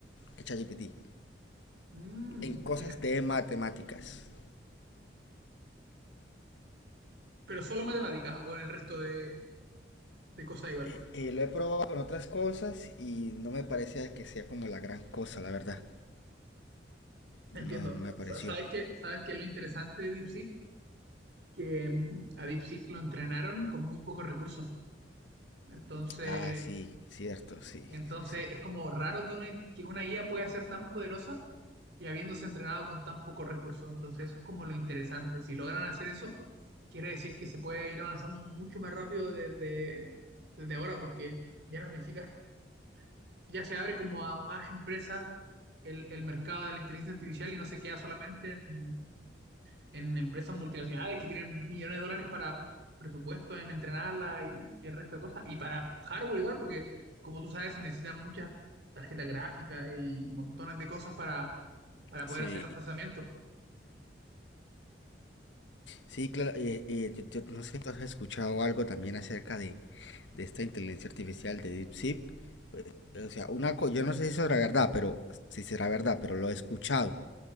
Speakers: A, on the left; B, on the right.
A: que ChatGPT.
B: Mm,
A: En cosas
B: mira,
A: de matemáticas.
B: pero solo en matemáticas o en el resto de, de cosas igual.
A: Eh, eh, lo he probado con otras cosas y no me parece que sea como la gran cosa, la verdad.
B: Entiendo.
A: No, no
B: Sa-
A: me pareció.
B: sa- ¿Sabes qué? ¿Sabes qué es lo interesante de DeepSeek? que mm, a Deep lo entrenaron con muy pocos recursos. Entonces,
A: Ah, sí, cierto, sí,
B: entonces
A: sí, sí.
B: es como raro que una, que una IA pueda ser tan poderosa y habiéndose entrenado con tan pocos recursos. Entonces, eso es como lo interesante. Si logran hacer eso, quiere decir que se puede ir avanzando mucho más rápido desde, desde ahora, porque ya no necesitas, ya se abre como a más empresas el, el mercado de la inteligencia artificial y no se queda solamente en en empresas multinacionales que tienen millones de dólares para presupuesto en entrenarla y, y el resto de cosas. Y para hardware igual, porque como tú sabes, se necesitan muchas tarjetas gráficas y montones de cosas para, para poder
A: Sí,
B: hacer los procesamientos.
A: Sí, claro, eh, eh, yo- yo no sé si has escuchado algo también acerca de, de esta inteligencia artificial de DeepSeek. O sea, una co- yo no sé si será verdad, pero si será verdad, pero lo he escuchado.